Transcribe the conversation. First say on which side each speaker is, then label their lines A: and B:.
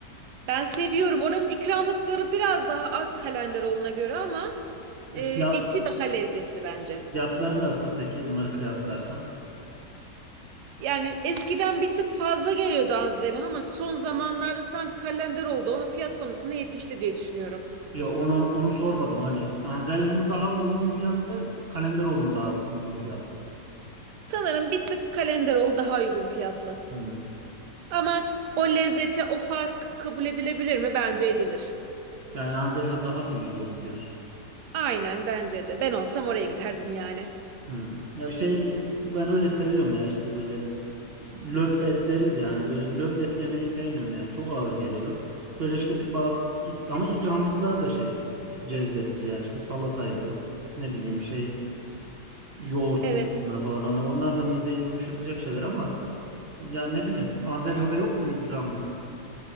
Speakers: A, on the right; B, on the right.
A: Ben seviyorum. Oranın ikramlıkları biraz daha az Kalenderoğlu'na göre ama e,
B: E,
A: eti
B: fiya-
A: daha lezzetli bence.
B: fiyatları nasıl peki onları kıyaslarsan?
A: Yani eskiden bir tık fazla geliyordu Anzel'e ama son zamanlarda sanki Kalenderoğlu da onun fiyat konusunda yetişti diye düşünüyorum.
B: Ya onu onu sormadım hani Anzelha mı daha uygun fiyatlı, Kalenderoğlu mu daha uygun fiyatlı?
A: Sanırım bir tık Kalenderoğlu daha uygun fiyatlı.
B: Hmm.
A: Ama o lezzete o fark kabul edilebilir mi? Bence edilir.
B: Yani Anzelha daha mı iyi olur diyorsun?
A: Aynen bence de. Ben olsam oraya giderdim yani.
B: Hmm. Ya şey ben öyle seviyorum ya işte böyle löp et deriz ya hani böyle bir löp et yemeyi sevmiyorum yani çok ağır geliyor. Böyle işte bir bazı ik- ama ikramlıklar da şey e, cezbedici yani işte salataydı ne bileyim şey yoğurttu
A: Evet.
B: yanına falan hani onlar da mideyi yumuşatacak şeyler ama ya ne bileyim Anzelha'da yok mu ikramlık?